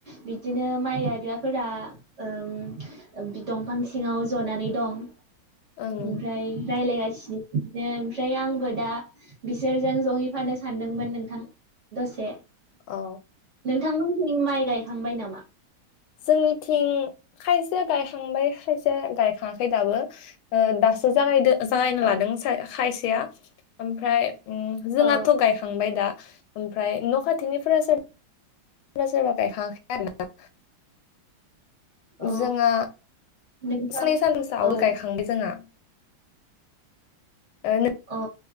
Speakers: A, on the right; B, on the left.
A: बिदिनो माइ गायग्राफोरा ओ बि दंफां सिंङाव जनानै दं
B: ओं
A: ओमफ्राय राय्लायगासिनो। सिनो बिदिनो ओमफ्राय आंबो दा बिसोरजों जहैफानो सानदोंमोन नोंथां। दसे
B: अ
A: नोंथांमोनथिं माइ गायखांबाय नामा?
B: जोंनिथिं खायसे गायखांबाय खायसे गायखाङाखै दाबो ओ दा दासो जागायदो जागायनो
A: औ
B: लादों खायसेया ओमफ्राय उम जोंहाथ'
A: औ
B: गायखांबाय दा ओमफ्राय न' खाथिनिफोरा सोरबा सोरबा गायखांङाखै आरो ना
A: औ
B: जोंहा
A: नोंथां
B: सानानै सानथामसो आवगोल
A: औ
B: गायखांबाय जोंहा ओ
A: अ